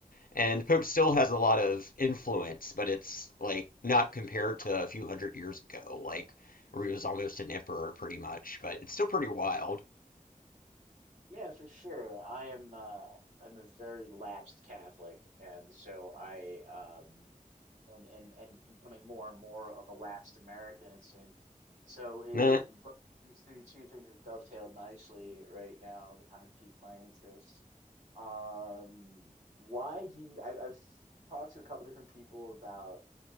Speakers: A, on the left; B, on the right.
A: And the Pope still has a lot of influence, but it's like not compared to a few hundred years ago, like where he was almost an emperor pretty much, but it's still pretty wild.
B: Yeah, for sure. I am uh, I'm a very lapsed Catholic, and so I um, and and and becoming more and more of a lapsed American, it seems. So it,
A: Nah,
B: but these two two things have dovetailed nicely right now to kind of pique my interest. Um, why do you, I, I've talked to a couple different people about